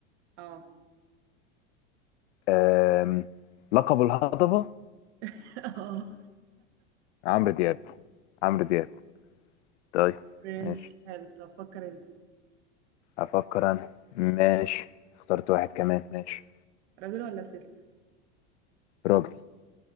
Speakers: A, on the right (about 70°); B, on the left (about 80°).
A: اه
B: آم، لقب الهضبة
A: <laughs> اه
B: عمرو دياب عمرو دياب طيب
A: ماشي
B: ماشي
A: حلو طب فكر انت
B: افكر انا ماشي اخترت واحد كمان ماشي
A: راجل ولا ست
B: راجل